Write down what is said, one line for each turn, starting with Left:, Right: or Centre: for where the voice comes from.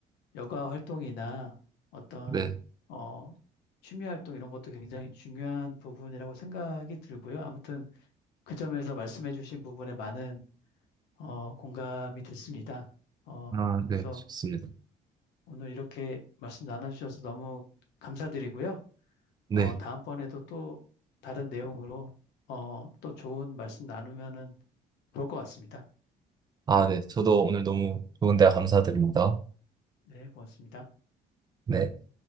Left: 여가 활동이나 어떤
Right: 네.
Left: 어, 취미 활동 이런 것도 굉장히 중요한 부분이라고 생각이 들고요. 아무튼 그 점에서 말씀해 주신 부분에 많은 어, 공감이 됐습니다. 어,
Right: 아,
Left: 그래서
Right: 네, 좋습니다.
Left: 오늘 이렇게 말씀 나눠주셔서 너무 감사드리고요. 어,
Right: 네.
Left: 다음번에도 또 다른 내용으로 어, 또 좋은 말씀 나누면은 좋을 것 같습니다.
Right: 아, 네. 저도 오늘 너무 좋은 대화 감사드립니다.
Left: 네, 고맙습니다.
Right: 네.